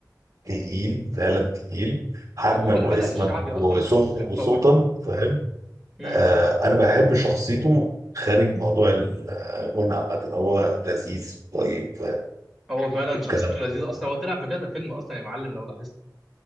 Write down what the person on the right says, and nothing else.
تقيل فعلا تقيل حجما
واسما
وصو-
وصوتا فاهم
آه انا بحب شخصيته خارج موضوع الغنى عامة هو لذيذ طيب فاهم
الكلام